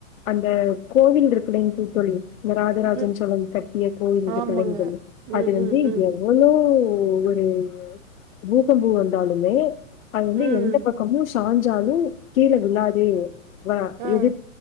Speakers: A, on the left (about 80°); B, on the right (about 40°).
A: அந்த கோவில் இருக்குலேங்கு தோழி இந்த ராஜராஜன்
B: ம்.
A: சோழன் கட்டிய கோயில்
B: ஆமாங்க.
A: கலையும் அது
B: ம்,
A: வந்து
B: ம், ம்.
A: எவ்வளோ இப்போ ஒரு பூகம்பம் வந்தாலுமே அது வந்து
B: ம்.
A: எந்த பக்கமு சாஞ்சாலும் கீழ விழாது வா
B: ஆ.
A: எது